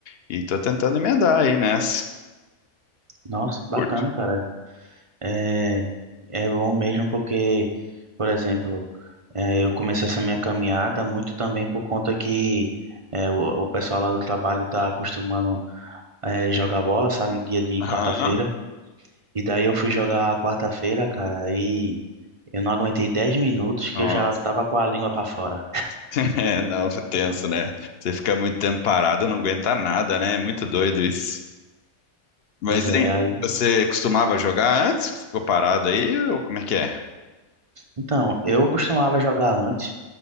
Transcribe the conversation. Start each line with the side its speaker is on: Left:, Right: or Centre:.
Left: e tô tentando emendar aí nessa.
Right: Nossa, bacana,
Left: Curte.
Right: cara. É, é bom mesmo porque, por exemplo, é, eu comecei essa minha caminhada muito também por conta que é, o, o pessoal lá do trabalho tá acostumando é, jogar bola, sabe, no dia de
Left: Aham.
Right: quarta-feira. E daí eu fui jogar quarta-feira, cara, aí eu não aguentei 10 minutos que
Left: Nossa.
Right: eu já tava com a língua pra fora.
Left: <laughs> É, não, é tenso, né? Você fica muito tempo parado, não aguenta nada, né? É muito doido isso. Mas,
Right: Pois é,
Left: hein,
Right: aí.
Left: você costumava jogar antes? Ficou parado aí? Ou como é que é?
Right: Então, eu costumava jogar antes,